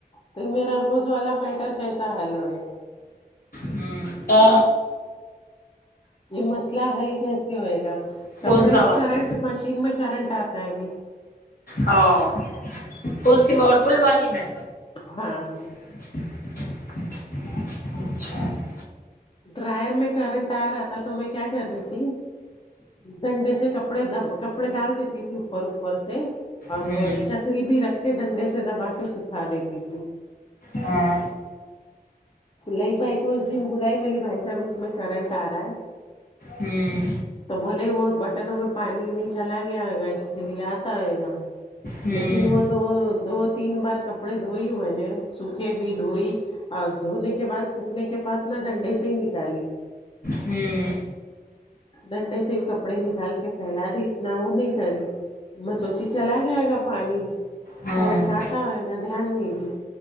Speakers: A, on the left (about 35°); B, on the left (about 65°).
A: تو میرا روز والا میٹر کیسا حل ہوئےا
B: ہمم تو
A: یہ مسئلہ حل کیسے ہوئے گا کپڑے
B: کون سا والا
A: کرنٹ مشین میں کرنٹ آتا ہے ابھی
B: او کون سی ورل پل والی میں
A: ہاں
B: اچھا
A: ڈرائر میں کرنٹ آ رہا تھا تو میں کیا کر رہی تھی ڈنڈے سے کپڑے د کپڑے ڈال دیتی تھی اوپر اوپر سے اور
B: ہوں
A: وہ چکری بھی رکھ کے ڈنڈے سے دبا کے سکھا دیتی تھی
B: ہاں
A: لیک بائی کواس دن بلاائی ملی بھائی جان اس میں کرنٹ آ رہا ہے
B: ہوں
A: تو بولے وہ بٹنوں میں پانی وانی چلا گیا گا اس کے لیے آتا آئے گا
B: ہوں
A: لیکن وہ دو دو تین بار کپڑے دھوئی میں نے سوکھے بھی دھوئی اور دھونے کے بعد سوکھنے کے پاس انا ڈنڈے سے ہی نکالی
B: ہوں
A: ڈنڈے سے کپڑے نکال کے پھیلا دی اتنا وہ نہیں کری بس واسچ چلا گیاائے گا پانی
B: ہاں
A: کرنٹ آتا ہوئے گا دھیان نہیں